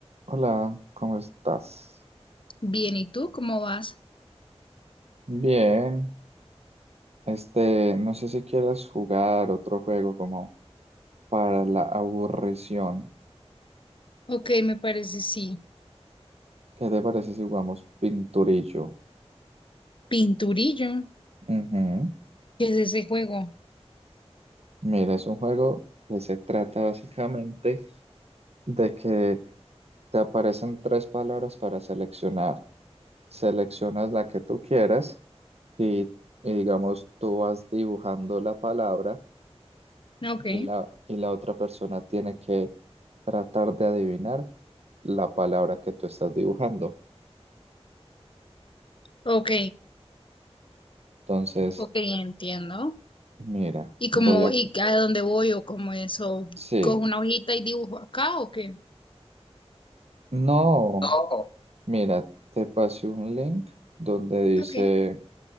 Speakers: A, on the right; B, on the left.
A: Hola, ¿cómo estás?
B: Bien, ¿y tú cómo vas?
A: Bien. Este, no sé si quieras jugar otro juego como para la aburrición.
B: Ok, me parece sí.
A: ¿Qué te parece si jugamos Pinturillo?
B: Pinturillo,
A: Ujú.
B: ¿qué es ese juego?
A: Mira, es un juego que se trata básicamente de que te aparecen tres palabras para seleccionar. Seleccionas la que tú quieras y, y digamos, tú vas dibujando la palabra
B: Ah, Ok,
A: y la, y la otra persona tiene que tratar de adivinar la palabra que tú estás dibujando.
B: ok,
A: Entonces,
B: ok, entiendo.
A: mira,
B: ¿Y cómo,
A: voy a...
B: y a dónde voy o cómo eso?
A: Sí,
B: ¿Cojo una hojita y dibujo acá o qué?
A: no,
B: No.
A: mira, te pasé un link donde dice
B: Ok,